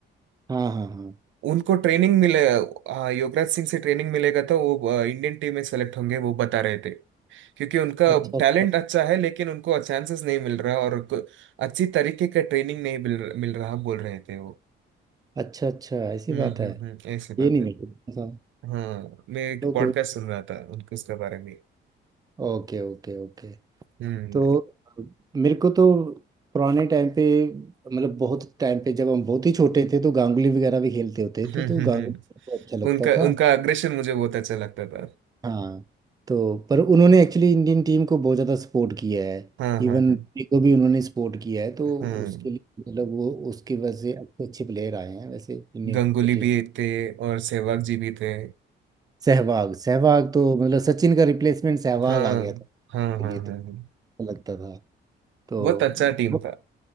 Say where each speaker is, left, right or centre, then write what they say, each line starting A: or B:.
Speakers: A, on the right; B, on the right.
A: हाँ हाँ हाँ
B: उनको ट्रेनिंग मिले हाँ, युवराज सिंह से ट्रेनिंग मिलेगा तो वो अ, इंडियन टीम में सेलेक्ट होंगे वो बता रहे थे क्योंकि उनका
A: अच्छा अच्छा
B: टैलेंट अच्छा है लेकिन उनको चांसेस नहीं मिल रहा और को- अच्छी तरीके का ट्रेनिंग नहीं मिल मिल रहा बोल रहे थे वो
A: अच्छा अच्छा ऐसी
B: हम्म
A: बात है
B: हम्म हम्म ऐसी बात
A: ये नहीं
B: है
A: मेरे को पता था।
B: हाँ मैं एक
A: चलो,
B: पॉडकास्ट
A: कोई
B: सुन रहा था उनके उसके बारे में
A: ओके ओके ओके
B: हम्म
A: तो मेरे को तो पुराने टाइम पे मतलब बहुत टाइम पे जब हम बहुत ही छोटे थे तो गांगुली वगैरह भी खेलते होते
B: <laughs> हम्म
A: थे तो
B: हम्म,
A: गांगुली
B: हम्म।
A: मेरे को अच्छा लगता
B: उनका
A: था
B: उनका अग्रेशन मुझे बहुत अच्छा लगता था
A: हाँ तो पर उन्होंने एक्चुअली इंडियन टीम को बहुत ज़्यादा सपोर्ट किया है
B: हाँ हाँ
A: इवन
B: हाँ
A: धोनी को भी उन्होंने सपोर्ट किया है तो
B: हाँ
A: उसके लिए मतलब वो उसके वजह से अच्छे अच्छे प्लेयर आए हैं वैसे Indian
B: गंगुली
A: cricket team
B: भी थे और सहवाग जी भी थे
A: Sehwag Sehwag तो मतलब सचिन का रिप्लेसमेंट सहवाग
B: हाँ
A: आ गया था
B: हाँ हाँ
A: के लिए तो
B: हाँ हाँ।
A: अच्छा लगता था तो
B: बहुत अच्छा टीम
A: बहुत-
B: था